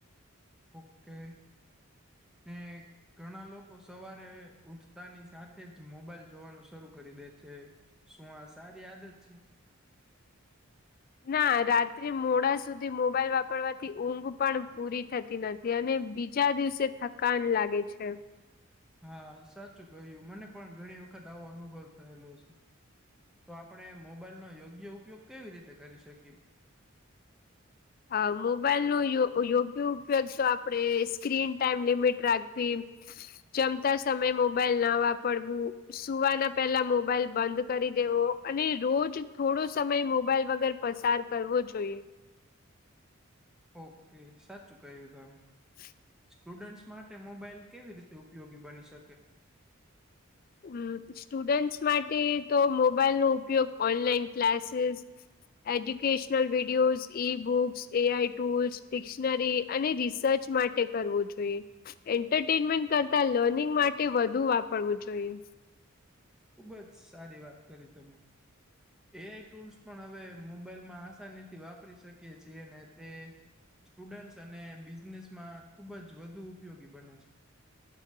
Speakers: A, in the centre; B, on the left.
A: ઓકે, ને ઘણા લોકો સવારે ઉઠતાની સાથે જ મોબાઈલ જોવાનું શરૂ કરી દે છે. શું આ સારી આદત છે?
B: ના રાત્રે મોડા સુધી મોબાઈલ વાપરવાથી ઊંઘ પણ પૂરી થતી નથી. અને બીજા દિવસે થકાન લાગે છે.
A: હા સાચું કહ્યું, મને પણ ઘણી વખત આવો અનુભવ થયેલો છે. તો આપણે મોબાઈલનો યોગ્ય ઉપયોગ કેવી રીતે કરી શકીએ?
B: અ મોબાઈલ નો યો યોગ્ય ઉપયોગ તો આપડે સ્ક્રીન ટાઈમ લિમિટ રાખવી જમતા સમયે મોબાઈલના વાપરવું. સુવાના પહેલા મોબાઈલ બંધ કરી દેવો, અને રોઝ થોડો સમય મોબાઈલ વગર પસાર કરવો જોઈએ.
A: ઓકે, સાચુ કયું તમે.
B: <inaudible>
A: સ્ટુડન્ટસ માટે મોબાઈલ કેવી રીતે ઉપયોગી બની શકે?
B: હમ્મ, સ્ટુડન્ટસ માટે તો મોબાઈલનો ઉપયોગ online classes educational videos, e books, A I tools, dictionary અને રિસર્ચ માટે કરવો જોઈએ. એન્ટરટેનમેન્ટ કરતા લર્નિંગ માટે વધુ વાપરવું જોઈએ,
A: ખુબ જ સારી વાત કરી તમે, એ આઈ ટૂલ્સ પણ હવે મોબાઈલમાં આસાનીથી વાપરી શકીએ છીએ, અને તે સ્ટુડન્ટ અને બિઝનેસમાં ખુબ જ વધુ ઉપયોગી બને છે,